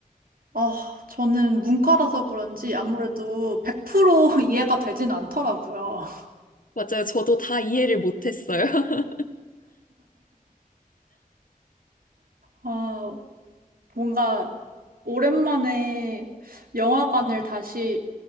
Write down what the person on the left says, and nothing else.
맞아요. 저도 다 이해를 못했어요. <laughs>